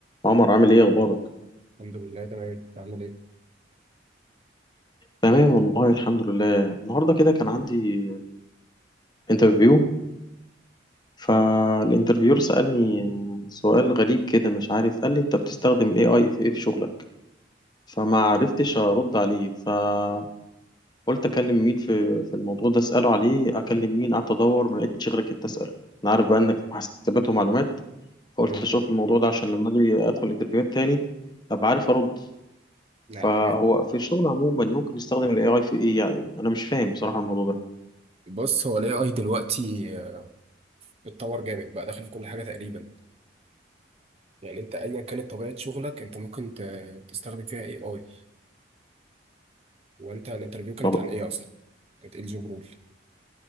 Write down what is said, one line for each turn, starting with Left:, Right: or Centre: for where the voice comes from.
Left: عمر عامل ايه اخبارك
Right: الحمد لله تمام انت عامل ايه؟
Left: تمام والله الحمد لله النهارده كده كان عندي انترفيو فالانترفيور سألني سؤال غريب كده مش عارف قال لي انت بتستخدم الاي اي في ايه في شغلك فما عرفتش ارد عليه فقلت اكلم مين في في الموضوع ده اساله عليه اكلم مين قعدت ادور ما لقيتش غيرك انت اساله انا عارف بقى انك في حاسبات ومعلومات فقلت
Right: امم
Left: اشوف الموضوع ده عشان لما اجي ادخل انترفيوهات تاني ابقى عارف ارد
Right: لا
Left: فهو
Right: حاجه
Left: في الشغل عموما ممكن نستخدم الاي اي في ايه يعني انا مش فاهم بصراحة الموضوع ده
Right: بص هو الاي اي دلوقتي آه، اتطور جامد بقى داخل في كل حاجه تقريبا يعني انت ايا كانت طبيعه شغلك انت ممكن ت- تستخدم فيها اي اي وانت الانترفيو كانت
Left: طب
Right: عن ايه اصلا؟ كانت ايه الجوب رول؟